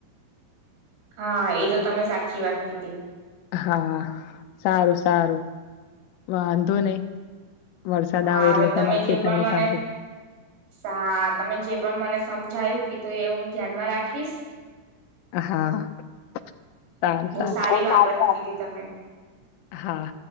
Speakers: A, on the right; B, on the left.
A: હા, એ તો તમે સાચી વાત કીધી.
B: હા, સારું સારું વાંધો નહી. વરસાદ
A: હા
B: આવે એટલે
A: હવે તમે
B: તમારે
A: જે
B: ખેતરનું
A: પણ મને,
B: કામ
A: હા તમે જે પણ મને સમજાયું કીધું એ હું ધ્યાનમાં રાખીશ
B: હા સારું
A: બહુ
B: સારું.
A: સારી બાબત કીધી તમે
B: હા.